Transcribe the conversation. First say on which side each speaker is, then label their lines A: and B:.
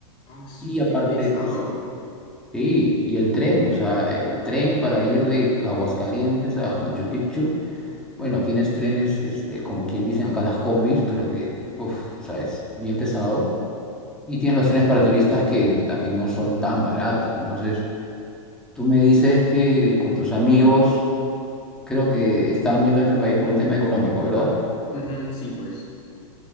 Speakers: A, on the left (about 30°); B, in the centre.
A: Asu,
B: Y aparte,
A: qué pesado.
B: pues, sí, y el tren, o sea, el tren para ir de Aguascalientes a Machu Picchu, bueno, tienes trenes, este, como quien dicen acá las combis, pero que, uf, o sea, es bien pesado. Y tienes los trenes para turistas que también no son tan baratos. Entonces, tú me dices que con tus amigos, creo que estaban viendo dentro del país por un tema económico, ¿verdad?
A: Ujú, sí, pues.